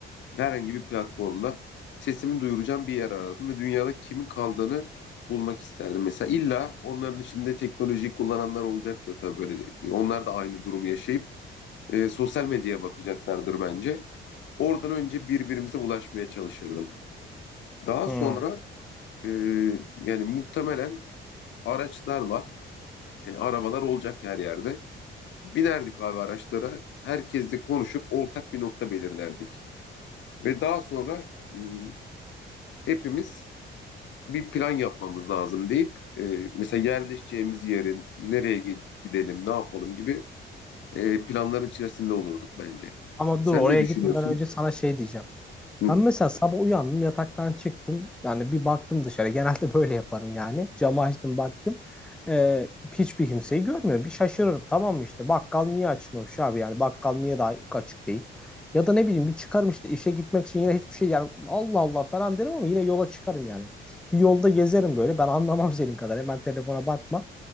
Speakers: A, on the left (about 70°); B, in the centre.
A: herhangi bir platformda sesimi duyuracağım bir yer aradım ve dünyada kimin kaldığını bulmak isterdim. Mesela illa onların içinde teknolojiyi kullananlar olacaktır tabii böyle. Onlar da aynı durumu yaşayıp e, sosyal medyaya bakacaklardır bence. Oradan önce birbirimize ulaşmaya çalışırdım. Daha
B: Hmm.
A: sonra e, yani muhtemelen araçlarla yani arabalar olacak her yerde. Binerdik abi araçlara. Herkesle konuşup ortak bir nokta belirlerdik. Ve daha sonra hmm, hepimiz bir plan yapmamız lazım deyip e, mesela yerleşeceğimiz yerin nereye gi- gidelim, ne yapalım gibi e, planların içerisinde olurduk bence.
B: Ama
A: Sen
B: dur oraya
A: ne düşünüyorsun?
B: gitmeden önce sana şey diyeceğim.
A: Hı.
B: Ben mesela sabah uyandım, yataktan çıktım. Yani bir baktım dışarı. <laughs> Genelde böyle yaparım yani. Camı açtım, baktım. Ee, hiçbir kimseyi görmüyor. Bir şaşırırım. Tamam mı işte bakkal niye açmamış abi yani bakkal niye daha açık değil? Ya da ne bileyim bir çıkarım işte işe gitmek için yine hiçbir şey yani Allah Allah falan derim ama yine yola çıkarım yani. Bir yolda gezerim böyle. Ben anlamam senin kadar. Hemen telefona bakma.